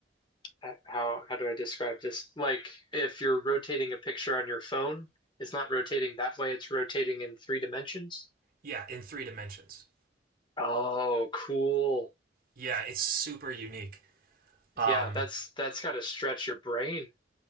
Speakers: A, on the left; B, on the right.
A: h- how how do I describe this? Like if you're rotating a picture on your phone, it's not rotating that way. It's rotating in three dimensions.
B: Yeah, in three dimensions.
A: Oh, cool.
B: Yeah, it's super unique. Um,
A: Yeah, that's that's got to stretch your brain.